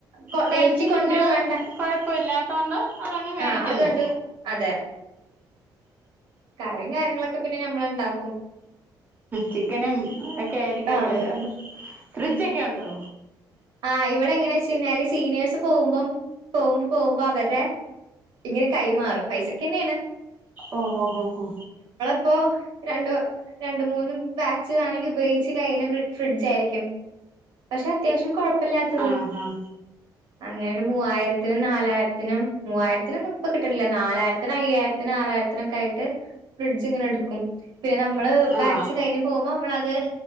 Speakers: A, on the right; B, on the right.
A: കൊ
B: കഴിച്ചു
A: ഏറ്റി കൊണ്ടരും
B: നിങ്ങള്
A: വേണ്ട.
B: കൊഴപ്പ ഇല്ലാത്തൊണ്ട് അതങ്ങ് മേടിക്കുന്നു
A: ആഹ് അതുണ്ട്. അതെ. കറിയും കാര്യങ്ങളൊക്കെ പിന്നെ ഞമ്മള് ണ്ടാക്കും
B: ചിക്കനും ഒക്കെ ആയിരിക്കല്ലേ
A: ആഹ്
B: രണ്ട് ഫ്രിഡ്ജൊക്കെ ഉണ്ടോ
A: ആ് ഇവിടെ എങ്ങനെ വെച്ച കഴിഞ്ഞാല് സീനിയേഴ്സ് പോകുമ്പം പോകുമ്പോ പോകുമ്പോ അവരെ ഇങ്ങനെ കൈമാറും പൈസക്കന്നെണ്
B: ഓഹോ ഹോ ഹോ
A: ഇപ്പോ രണ്ട് രണ്ട് മൂന്ന് ബാച്ച് വേണെങ്കി ഉപയോഗിച്ച് കഴിഞ്ഞ ഫ്രിഡ്ജായിരിക്കും പക്ഷെ അത്യാവശ്യം കൊഴപ്പില്ലാത്തത്
B: ആഹ് ആഹ്
A: അങ്ങനെ ഒരു മൂവായിരത്തിനും നാലായിരത്തിനും മൂവായിരത്തിനോന്നും ഇപ്പൊ കിട്ടണില്ലേ നാലായിരത്തിനും അയ്യായിരത്തിനാറായിരത്തിനൊക്കെ യിട്ട് ഫ്രിഡ്ജ് ഇങ്ങനെ എടുക്കും പിന്നെ നമ്മള്
B: ആഹ്
A: ബാച്ച്
B: ആഹ്
A: കഴിഞ് പോകുമ്പോ നമ്മളത്